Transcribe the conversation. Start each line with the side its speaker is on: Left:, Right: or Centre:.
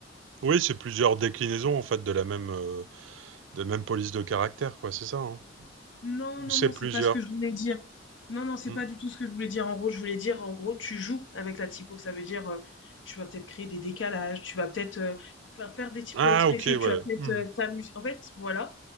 Right: Oui, c'est plusieurs déclinaisons en fait de la même, euh, de la même police de caractère, quoi, c'est ça. hein.
Left: Non,
Right: Ou
Left: non,
Right: c'est
Left: non,
Right: plusieurs.
Left: c'est pas ce que je voulais dire. Non, non, c'est
Right: Hmm.
Left: pas du tout ce que je voulais dire. En gros, je voulais dire, en gros, tu joues avec la typo. Ça veut dire, euh, tu vas peut-être créer des décalages, tu vas peut-être euh, faire faire des typos
Right: Ah,
Left: expressifs,
Right: ok, ouais.
Left: tu vas peut-être
Right: Hmm.
Left: euh, t'amuser. En fait, voilà.